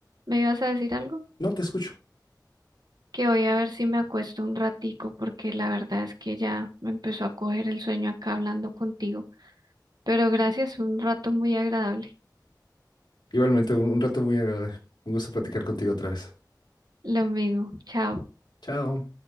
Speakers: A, on the right (about 60°); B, on the left (about 75°).
A: me ibas a decir algo,
B: No te escucho.
A: que voy a ver si me acuesto un ratico, porque la verdad es que ya me empezó a coger el sueño acá hablando contigo. Pero gracias, un rato muy agradable.
B: Igualmente, un, un rato muy agradable. Un gusto platicar contigo otra vez.
A: Lo mismo, chao.
B: Chao.